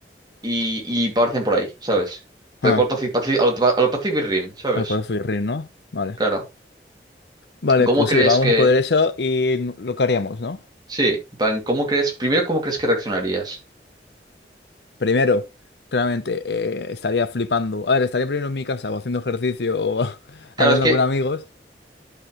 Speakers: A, on the right (about 25°); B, on the left (about 75°).
A: y, y aparecen por ahí, ¿sabes? Tal
B: Ah.
A: cual Pacific, Pacific, a lo, a lo Pacific Rim, ¿sabes?
B: Ah, podemos subir, ¿no? Vale.
A: Claro.
B: Vale,
A: ¿Cómo
B: pues
A: crees
B: sí, vamos
A: que...?
B: a poder eso y n- lo que haríamos, ¿no?
A: Sí, en plan, ¿cómo crees? Primero, ¿cómo crees que reaccionarías?
B: Primero, claramente, eh, estaría flipando. A ver, estaría primero en mi casa o haciendo ejercicio o <laughs>
A: Claro,
B: hablando
A: es que...
B: con amigos.